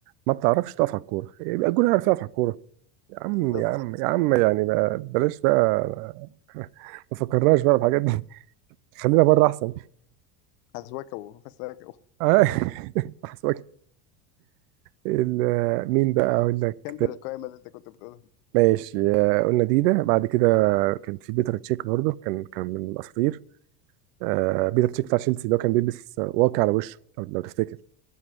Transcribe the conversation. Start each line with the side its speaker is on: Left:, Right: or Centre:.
Right: ما بتعرفش تقف على الكوره يبقى الجون عارف يقف على الكوره يا عم
Left: <laughs> بالظبط
Right: يا عم يا عم يعني ما بلاش بقى <laughs> ما فكرناش بقى بالحاجات دي خلينا بره احسن
Left: حسواكو فسلاكو
Right: آه، <laughs> احسن ال- مين بقى اقول لك
Left: كمل القائمه اللي انت كنت بتقولها
Right: ماشي آه، قلنا ديدا بعد كده كان في بيتر تشيك برضه كان كان من الاساطير آه، بيتر تشيك بتاع تشيلسي اللي هو كان بيلبس واقي على وشه لو لو تفتكر